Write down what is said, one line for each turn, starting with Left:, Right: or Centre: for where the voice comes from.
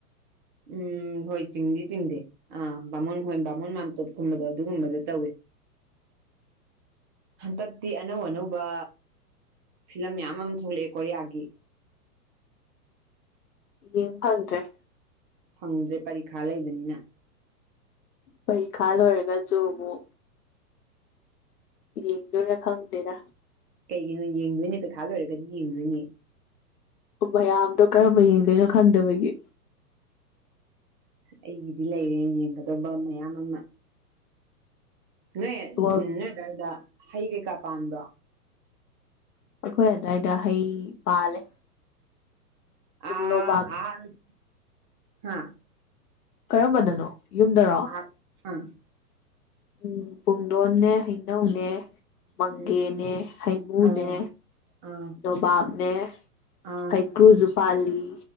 Right: ꯎꯝ ꯍꯣꯏ ꯆꯤꯡꯗꯤ ꯆꯤꯡꯗꯦ ꯑꯥ ꯕꯥꯃꯣꯟ ꯍꯣꯏ ꯕꯥꯃꯣꯟ ꯃꯥꯝꯇꯣꯞꯀꯨꯝꯕꯗꯣ ꯑꯗꯨꯒꯨꯝꯕꯗ ꯇꯧꯋꯦ ꯍꯟꯗꯛꯇꯤ ꯑꯅꯧ ꯑꯅꯧꯕ, ꯐꯤꯂꯝ ꯃꯌꯥꯝ ꯑꯃꯥ ꯊꯣꯛꯂꯛꯑꯦ ꯀꯣꯔꯤꯌꯥꯒꯤ
Left: <unintelligible> ꯌꯦꯡ ꯐꯪꯗꯔ꯭ꯦ
Right: ꯐꯪꯗ꯭ꯔꯦ ꯄꯔꯤꯈꯥ ꯂꯩꯕꯅꯤꯅ
Left: ꯄꯩꯔꯤꯈꯥ ꯂꯣꯏꯔꯒꯁꯨ ꯑꯃꯨꯛ ꯌꯦꯡꯗꯣꯏꯔꯥ ꯈꯪꯗꯦꯗꯥ
Right: ꯀꯩꯒꯤꯅꯣ ꯌꯦꯡꯗꯣꯏꯅꯦ ꯄꯩꯈꯥ ꯂꯣꯏꯔꯒꯗꯤ ꯌꯦꯡꯗꯣꯏꯅꯦ
Left: ꯃꯌꯥꯝꯗꯣ ꯀꯔꯝꯕ ꯌꯦꯡꯗꯣꯏꯅꯣ ꯈꯪꯗꯕꯒꯤ
Right: ꯑꯩꯒꯤꯗꯤ ꯂꯩꯔꯦ ꯌꯦꯡꯒꯗꯧꯕ ꯃꯌꯥꯝ ꯑꯃꯥ ꯅꯡꯑꯦ
Left: ꯑꯩꯈꯣꯏ
Right: ꯎꯝ ꯅꯣꯏ ꯑꯗ꯭ꯋꯥꯏꯗ ꯍꯩ ꯀꯩꯀꯥ ꯄꯥꯟꯕ꯭ꯔꯣ?
Left: ꯑꯩꯈꯣꯏ ꯑꯗꯨꯋꯥꯏꯗ ꯍꯩ, ꯄꯥꯜꯂꯦ꯫
Right: ꯑꯥ
Left: ꯂꯣꯕꯥꯛ
Right: ꯑ <inaudible> ꯍꯥ
Left: ꯀꯔꯝꯕꯗꯅꯣ ꯌꯨꯝꯗꯥꯔꯣ?
Right: <unintelligible> ꯎꯝ
Left: ꯎꯝ ꯄꯨꯡꯗꯣꯟꯅꯦ ꯍꯩꯅꯧꯅꯦ ꯃꯪꯒꯦꯅꯦ
Right: ꯎꯝ
Left: ꯍꯩꯃꯨꯅꯦ
Right: ꯑꯥ ꯑꯥ
Left: ꯅꯣꯕꯥꯞꯅꯦ
Right: ꯑꯥ
Left: ꯍꯩꯀ꯭ꯔꯨꯖꯨ ꯄꯥꯜꯂꯤ